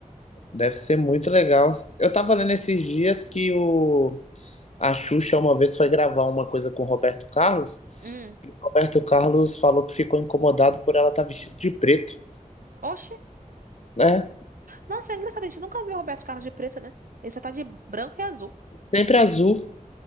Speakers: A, on the left; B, on the right.
A: Deve ser muito legal. Eu tava lendo esses dias que o, a Xuxa uma vez foi gravar uma coisa com o Roberto Carlos,
B: Hum.
A: e o Roberto Carlos falou que ficou incomodado por ela estar vestida de preto,
B: Oxe.
A: né?
B: Nossa, é engraçado, a gente nunca viu o Roberto Carlos de preto, né? Ele só tá de branco e azul.
A: Sempre azul,